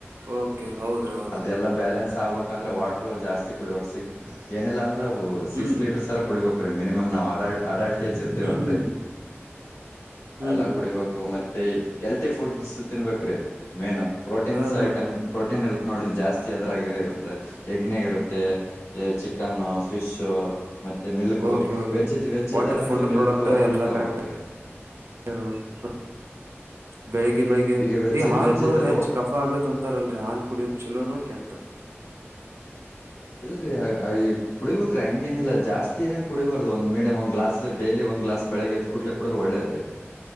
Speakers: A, on the right; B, on the left.
A: ಓಕೆ ಹೌದ್ರ ಹೌದು
B: ಅದೆಲ್ಲಾ ಬ್ಯಾಲೆನ್ಸ್ ಆಗ್ಬೇಕಂದ್ರೆ ವಾಟರು ಜಾಸ್ತಿ ಕುಡಬೇಕು ಸಿಕ್ ಏನಿಲ್ಲ ಅಂದ್ರೂ ಸಿಕ್ಸ್
A: ಹ್ಮ್
B: ತರ ಕುಡಿಬೇಕು ರೀ ಮಿನಮ ನಾ ಆಡಾಡ್ ಅಡಲ್ಟ್ ಏಜ್ ಇರ್ತೀವ
A: ಹ್ಮ್
B: ಅಲ್ರರಿ
A: ಹ್ಮ್ ಹ್ಮ್
B: ಎಲ್ಲಾ ಕುಡಿಬೇಕು ಮತ್ತೆ ಹೆಲ್ತಿ ಫುಡ್ಸ್ ತಿನ್ಬೇಕ್ರೀ ಮೇನ್ ಪ್ರೋಟೀನ್ಸ್
A: ಹಾ ಹಾ
B: ಐಟಮ್ ಪ್ರೋಟೀನ್ ಇರುತ್ತೆ ನೋಡ್ರಿ ಜಾಸ್ತಿ ಅದ್ರಾಗ ಇರುತ್ತೆ ಯಗ್ ಇರುತ್ತೆ ಈ ಚಿಕನ್ನು ಫಿಶು ಮತ್ತೆ milk
A: okay okay
B: veg veg ಇದ್ದಾರಂತ
A: ಒಟ್ ಫುಡ್
B: ಮಿಲ್ಕ್
A: ಪ್ರಾಡಕ್ಟ್
B: ಅವನು
A: ಎಲ್ಲಾ
B: ತಗೋಬೇಕ್ರಿ
A: ಕರೆಕ್ಟ್ <unintelligible> ಬೆಳಿಗ್ಗೆ ಬೆಳಿಗ್ಗೆ
B: ಈಗ ವೆಜ್
A: ಈ ಹಾಲ್
B: ವೆಜ್
A: ಕುಡದ್ರೆ
B: ಇದ್ದರು
A: ಹೆಚ್ಚ ಕಫಾ ಆಗತ್ ಅಂತಾರಲ್ರಿ ಹಾಲ್ ಕುಡಿಯೋದ ಚಲೋನೋ ಕೆಟ್ಟ
B: ಇಲ್ರರಿ ಕುಡಿಯಬೇಕು ರಿ ಹಂಗೇನಿಲ್ಲ ಜಾಸ್ತಿ ಕ ಕುಡಿಯಬಾರದು ಒಂದ ಮೀಡಿಯಂ ಒಂದು ಗ್ಲಾಸ್ ಡೇಲಿ ಒಂದು ಗ್ಲಾಸ್ ಬೆಳಗ್ಗೆದ ಕುಡುದರೇ ಒಳ್ಳೇದ